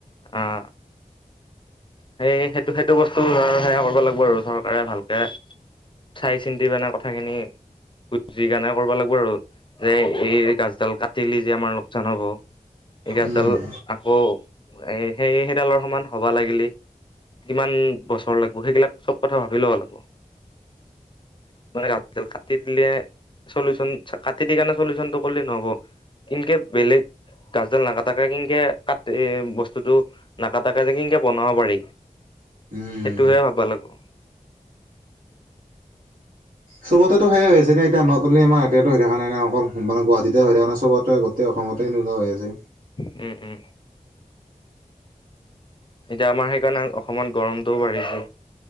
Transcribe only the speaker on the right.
উম।
উম।
চবতে সেই আছে। এতিয়া নট অলি আমাৰ এয়াতে হৈ থকা নাই নাই অকল মানে গুৱাহাটীতে হৈ থকা নাই সবতে গোটেই অসমতে এনেকুৱা হৈ আছে।